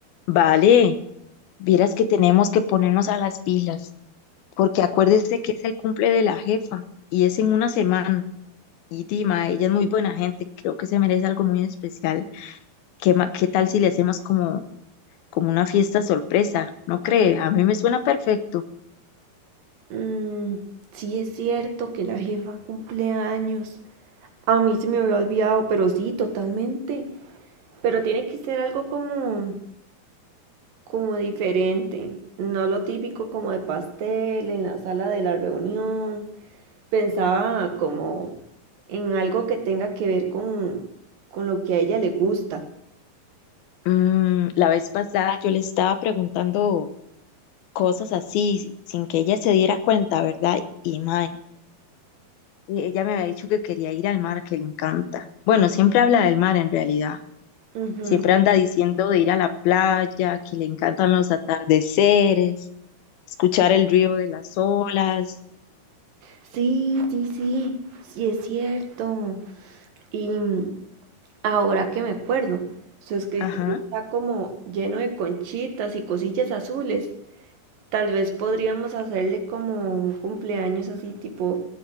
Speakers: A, on the left; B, on the right.
A: Vale, vieras que tenemos que ponernos a las pilas, porque acuérdese que es el cumple de la jefa y es en una semana. Y Dima, ella es muy buena gente, creo que se merece algo muy especial. ¿Qué, ma- qué tal si le hacemos como, como una fiesta sorpresa? ¿No cree? A mí me suena perfecto.
B: Mm, sí es cierto que la jefa cumple años. A mí se me había olvidado, pero sí, totalmente. Pero tiene que ser algo como, como diferente, no lo típico como de pastel en la sala de la reunión. Pensaba como en algo que tenga que ver con, con lo que a ella le gusta.
A: Mm, la vez pasada yo le estaba preguntando cosas así, sin que ella se diera cuenta, ¿verdad? Y mae, e, ella me había dicho que quería ir al mar, que le encanta. Bueno, siempre habla del mar en realidad.
B: Ujú.
A: Siempre anda diciendo de ir a la playa, que le encantan los atardeceres, escuchar el río de las olas.
B: Sí, sí, sí, sí es cierto. Y mm, Ahora que me acuerdo, su escritorio
A: Ajá.
B: está como lleno de conchitas y cosillas azules. Tal vez podríamos hacerle como un cumpleaños así tipo